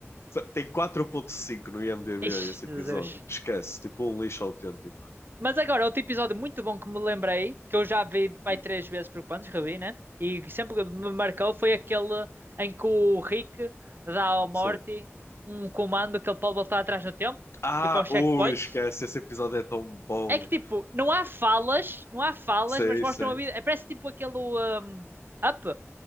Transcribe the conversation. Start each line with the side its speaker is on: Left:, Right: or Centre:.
Left: Só- Tem 4.5 no IMDb
Right: Ixi,
Left: esse
Right: Jesus.
Left: episódio. Esquece. Tipo um lixo autêntico.
Right: Mas agora, outro episódio muito bom que me lembrei, que eu já vi pai
Left: Hum,
Right: três vezes por quantos, revi, né? E que sempre que me marcou foi aquele em que o Rick dá ao Morty
Left: Sim.
Right: um comando que ele pode voltar atrás no tempo,
Left: Ah,
Right: tipo aos checkpoints.
Left: ui, esquece. Esse episódio é tão bom.
Right: É que tipo, não há falas, não há falas,
Left: Sim,
Right: mas mostram
Left: sim.
Right: a vida. É, parece tipo aquele um, Up,